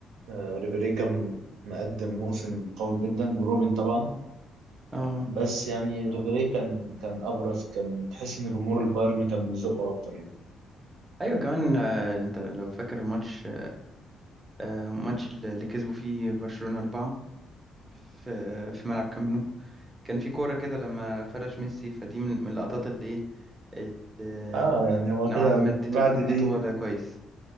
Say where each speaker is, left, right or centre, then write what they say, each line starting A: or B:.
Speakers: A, on the right (about 80°); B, on the right (about 20°).
A: آه، ريبيري كان مقدم موسم قوي جدا وروبن طبعا
B: اه
A: بس يعني ريبيري كان كان ابرز كان تحس ان جمهور البايرن كان بيزقه اكتر يعني
B: ايوه كمان آه انت لو فاكر الماتش آه، ماتش اللي اللي كسبوا فيه برشلونة أربعة في في ملعب كامب نو كان في كورة كده لما فرش ميسي فدي من من اللقطات اللي إيه اللي
A: اه يعني هو
B: نوعا
A: كده
B: ما اديته
A: بعد
B: اديته
A: دي
B: وضع كويس